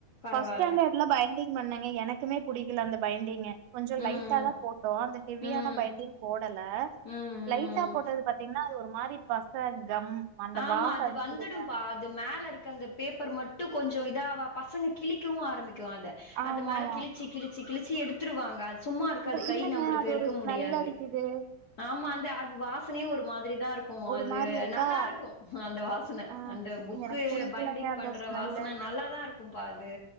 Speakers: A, on the left (about 70°); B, on the right (about 80°).
A: பரவால்ல
B: ஃபஸ்டேன்டேடு இல்ல பைண்டிங் பண்ணுங்க எனக்குமே புடிக்கல அந்த பைண்டிங் கொஞ்சோ
A: ம்
B: லைட்டா தா போட்டோ அந்த ஹெவியான
A: ம்
B: பைண்டிங் போடல
A: ம்
B: லைட்டா
A: ம்
B: போட்டது பாத்தீங்கன்னா அது ஒரு மாரி பச கம் அந்த
A: ஆமா
B: வாசோ
A: அது
B: அடிக்குதுங்க
A: வந்துடும்பா அது மேலருக்க அந்த பேப்பர் மட்டு கொஞ்சோ சோ இதாவா பசங்க கிழிக்கவு ஆரம்பிக்கு அத
B: ஆமா
A: அது மேல
B: ஆமா
A: கிழிச்சி கிழிச்சி கிழிச்சி எடுத்துருவாங்க அ சும்மாருக்காது
B: அப்றோ
A: கை
B: இல்லங்க
A: நம்ளுக்கு
B: அது
A: இருக்க
B: ஒரு ஸ்மெல்
A: முடியாது
B: அடிக்குது
A: ஆமா அந்த அது வாசனயு ஒரு மாதிரிதாருக்கு
B: ஒரு
A: அது
B: மாரி இருக்கா
A: நல்லார்க் அந்த வாசன
B: ஆ
A: அந்த புக்கு
B: எனக்கு புடிக்கலங்க
A: பைண்டிங்
B: அந்த
A: பண்ற
B: ஸ்மெல்லு
A: வாசன நல்லாதாருக்கும்பா அது